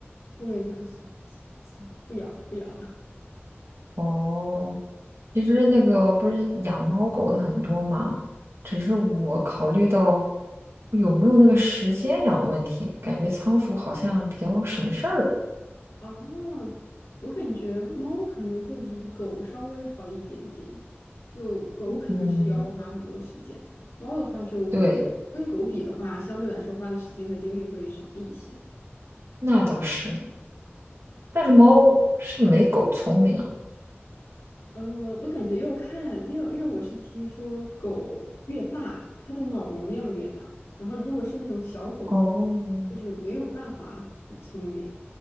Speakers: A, on the left; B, on the right.
A: 后面就说算了算了算了，不养了不养了
B: 哦，其实那个不是养猫狗的很多嘛，只是我考虑到有没有那个时间养的问题，感觉仓鼠好像比较省事儿。
A: 啊。我感觉猫可能会比狗稍微好一点点，就狗肯定是要花很多时间，
B: 嗯，
A: 猫的话就跟狗比的话，
B: 对，
A: 相对来说花的时间和精力会少一些。
B: 那倒是。但是猫是没狗聪明啊。
A: 呃，我感觉要看，因为因为我是听说狗越大，它的脑容量越大，然后如果是那种小狗的话，
B: 哦
A: 就是没有办法很聪明，